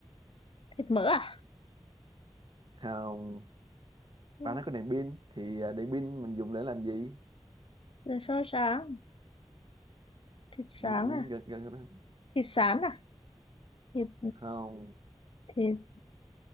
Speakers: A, on the left (about 80°); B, on the right (about 60°).
A: Thịt mỡ à?
B: không
A: Ừ.
B: ba nó có đèn pin thì ờ, đèn pin mình dùng để làm gì
A: Rồi xôi sáng, thịt sáng
B: ừ, ừ,
A: à?
B: gần gần cái đó
A: Thịt sán à? Thịt,
B: không
A: thịt,